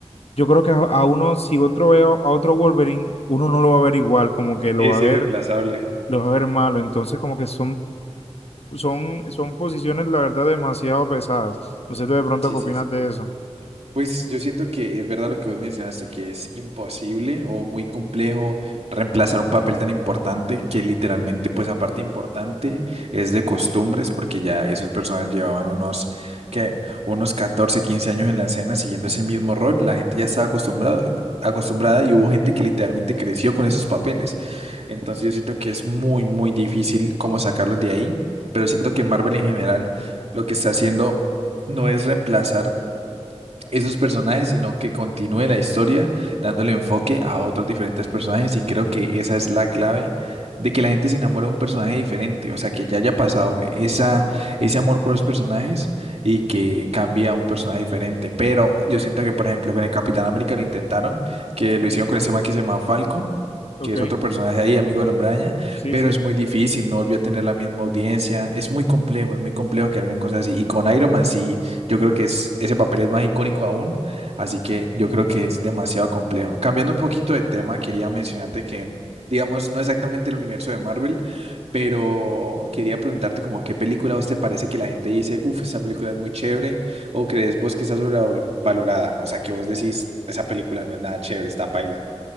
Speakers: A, on the left (about 60°); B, on the right (about 65°).
A: Yo creo que a, a uno, si otro veo a otro Wolverine, uno no lo va a ver igual, como que lo
B: Sí,
A: va
B: es
A: a ver,
B: irreemplazable.
A: lo va a ver malo. Entonces como que son son, son posiciones, la verdad, demasiado pesadas. No sé tú de pronto
B: Sí,
A: qué
B: sí,
A: opinas
B: sí,
A: de
B: sí.
A: eso.
B: Pues yo siento que es verdad lo que vos mencionaste, que es imposible o muy complejo reemplazar un papel tan importante que literalmente, pues aparte importante, es de costumbres, porque ya esos personas llevaban unos, ¿qué? Unos 14 15 años en la escena siguiendo ese mismo rol, la gente ya estaba acostumbrado, acostumbrada y hubo gente que literalmente creció con esos papeles. Entonces yo siento que es muy, muy difícil como sacarlos de ahí, pero siento que Marvel en general lo que está haciendo no es reemplazar esos personajes, sino que continúe la historia dándole enfoque a otros diferentes personajes y creo que esa es la clave de que la gente se enamore de un personaje diferente, o sea, que ya haya pasado esa, ese amor por los personajes y que cambie a un personaje diferente. Pero yo siento que, por ejemplo, con el Capitán América lo intentaron, que lo hicieron con ese man que se llama Falcon.
A: Ok,
B: que es otro personaje ahí, amigo del Hombre Araña,
A: sí,
B: pero
A: sí.
B: es muy difícil, no volvió a tener la misma audiencia, es muy complejo, es muy complejo que hagan cosas así, y con Iron Man sí, yo creo que es, ese papel es más icónico aún, así que yo creo que es demasiado complejo. Cambiando un poquito de tema, quería mencionarte que, digamos, no exactamente el universo de Marvel, pero quería preguntarte como qué película a vos te parece que la gente dice, uff, esa película es muy chévere, o crees vos que está sobrevalorada, o sea, que vos decís, esa película no es nada chévere, está paila.